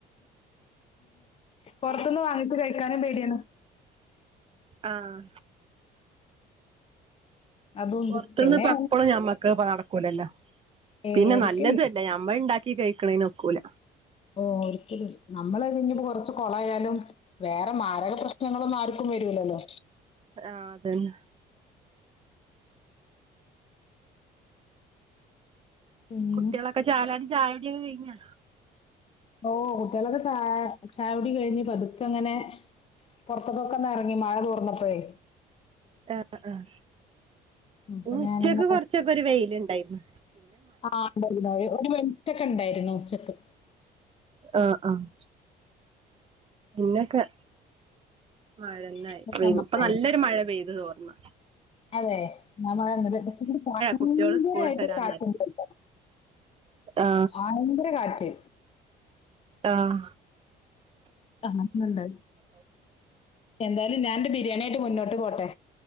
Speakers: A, on the left; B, on the right.
A: പോർത്ത്ന്ന് വാങ്ങിട്ട് കഴിക്കാനും പേടിയാണ്
B: ആഹ്
A: അതുണ്ട്
B: പോർത്ത്ന്ന്പ്പ
A: പിന്നെ
B: എപ്പളും ഞമ്മക്ക് പാട് ക്കൂലല്ല
A: ഏയ്
B: പിന്ന
A: ഒരിക്കലും
B: നല്ലത്
A: ഇല്ല
B: അല്ല നമ്മൾ ഇണ്ടാക്കി കഴിക്ക്ണ്ന് ഒക്കൂല
A: ഓഹ് ഒരിക്കലു നമ്മള് അതിന് കൊറച്ച് കൊളയാലും വേറെ മാരക പ്രശ്നങ്ങളോന്ന് ആർക്കും വരൂലല്ലോ
B: ആഹ് അതന്നെ
A: ഉം
B: കുട്ട്യാളക്ക ചാലാടി ചായൊടി കെ കഴിഞ്ഞോ
A: ഓ കുട്ട്യാളക്ക ചായ ചായൊടി കഴിഞ് പത്ക്ക ഇങ്ങനെ പോർത്ത്ക്കൊക്ക ഒന്ന് എറങ്ങി മഴ തൂർന്നപ്പഴേ
B: ആഹ് ആഹ്
A: അപ്പൊ
B: ഉച്ചക്ക്
A: ഞാനിന്ന്
B: കൊർച്ചൊക്ക ഒര് വെയ്ല് ഇണ്ടായ്ര്ന്ന്
A: <unintelligible> ഒര് വെൾച്ചക്ക ഇണ്ടായ്രുന്നു ഉച്ചക്ക്
B: ആഹ് ആഹ് പിന്നക്ക മഴന്നായി
A: ഇന്നത്തെ
B: വെയ്ക്കു,
A: മഴയുണ്ട്.
B: ഇപ്പ നല്ല ഒര് മഴ പെയ്ത്- തോർന്ന.
A: അതെ നമ്മള്, <unintelligible> ഭയങ്കരായിട്ട്
B: കുട്ടികള് സ്കൂളിട്ട് വരാൻ നേരത്ത്
A: - <unintelligible>
B: ആ
A: ഭയകര കാറ്റ്.
B: ആഹ്,
A: ആഹ് ഇന്ന് എന്തായാലും, എന്തായാലും ഞാൻന്റെ- ബിരിയാണിയായ്ട്ട് മുന്നോട്ട് പോട്ടെ.